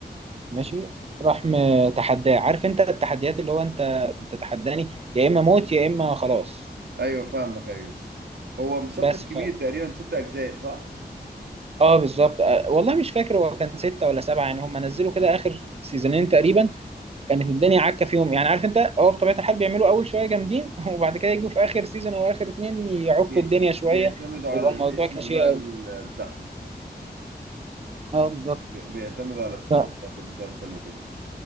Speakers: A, on the right; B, on the right.
A: ماشي راح متحداه عارف انت التحديات اللي هو انت بتتحداني يا اما موت يا اما خلاص
B: ايوه فاهمك ايوه هو مسلسل
A: بس
B: كبير
A: ف...
B: تقريبا ست اجزاء صح؟
A: اه بالظبط آه، والله مش فاكر هو كان ستة ولا سبعة يعني هم نزلوا كده اخر سيزونين تقريبا كانت الدنيا عكه فيهم يعني عارف انت هو بطبيعه الحال بيعملوا اول شويه جامدين <laughs> وبعد كده يجوا في اخر سيزون او اخر اتنين يعكوا
B: بي-
A: الدنيا شويه
B: بيعتمدوا على
A: يبقى الموضوع
B: الاسم
A: كليشيه
B: بقى
A: قوي
B: ال- بتاعهم
A: اه بالظبط
B: بي- بيعتمد على السمعة
A: ف...
B: بتاعت المسلسل وكده